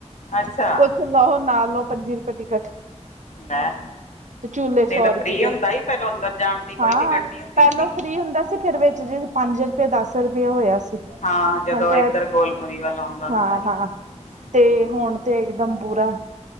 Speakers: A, on the left (about 85°); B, on the right (about 85°).
A: ਅੱਛਾ।
B: ਕੁਛ ਲਓ ਹੁਣ ਨਾ, ਲਓ ਪੰਜੀ ਰੁਪਏ ਟਿਕਟ।
A: ਲੈ
B: ਤੇ ਝੂਲੇ ਸੌ
A: ਨਹੀਂ ਤਾਂ,
B: ਰੁਪਈਏ
A: ਫ੍ਰਰੀ ਹੁੰਦਾ ਸੀ ਪਹਿਲੋਂ ਅੰਦਰ ਜਾਣ ਦੀ
B: ਹਾਂ
A: ਕੋਈ ਟਿਕਟ, ਨਹੀਂ ਹੁੰਦੀ
B: ਪਹਿਲੋਂ
A: ਸੀ।
B: ਫ੍ਰਰੀ ਹੁੰਦਾ ਫਿਰ ਵਿੱਚ ਜਿਹਾ, ਪੰਜ ਰੁਪਏ ਦਸ ਰੁਪਇਆ ਹੋਇਆ ਸੀ।
A: ਹਾਂ ਜਦੋਂ
B: ਹੁਣ ਤੇ
A: ਇੱਧਰ, ਗੋਲਮੁਰੀ ਵੱਲ ਆਉਂਦਾ ਹੁੰਦਾ
B: ਹਾਂ
A: ਸੀ।
B: ਹਾਂ ਤੇ
A: ਹੂੰ
B: ਹੁਣ ਤੇ, ਇਕਦਮ ਪੂਰਾ